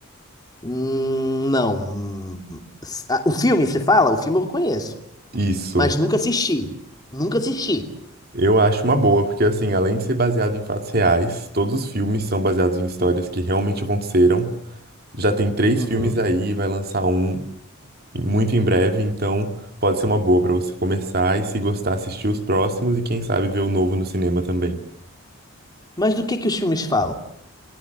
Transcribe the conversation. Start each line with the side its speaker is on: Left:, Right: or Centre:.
Left: Hum, não. Hum, s- ah, O filme, você fala? O filme eu conheço,
Right: Isso.
Left: mas nunca assisti. Nunca assisti.
Right: Eu acho uma boa, porque assim, além de ser baseado em fatos reais, todos os filmes são baseados em histórias que realmente aconteceram. Já tem três
Left: Uhum.
Right: filmes aí, vai lançar um muito em breve, então pode ser uma boa pra você começar e se gostar, assistir os próximos e quem sabe ver o novo no cinema também.
Left: Mas do que que os filmes falam?